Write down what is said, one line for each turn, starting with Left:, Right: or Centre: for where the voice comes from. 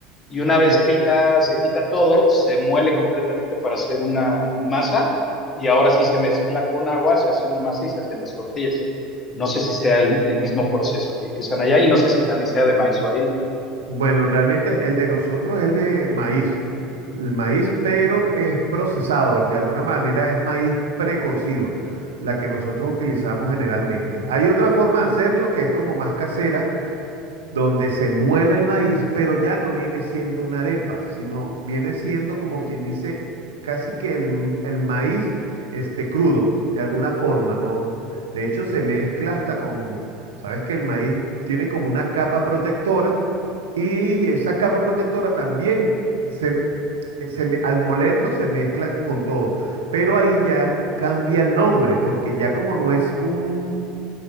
Left: y una
Right: ok.
Left: vez que ya se quita todo, se muele completamente para hacer una masa y ahora sí se mezcla con agua, se hace una masa y se hacen las tortillas. No sé si sea el, el mismo proceso que, que usan allá y no sé si también sea de maíz o harina.
Right: Bueno, realmente el de nosotros es el de maíz. El maíz, pero es procesado, de alguna manera es maíz precocido, la que nosotros utilizamos generalmente. Hay otra forma de hacerlo que es como más casera, donde se muele el maíz, pero ya no viene siendo una arepa, sino viene siendo como quien dice casi que el, el maíz este crudo, de alguna forma, ¿no? De hecho, se mezcla hasta con, sabes que el maíz tiene como una capa protectora y esa capa protectora también se, se me- al molerlo se mezcla con todo, pero ahí ya cambia el nombre, porque ya como no es un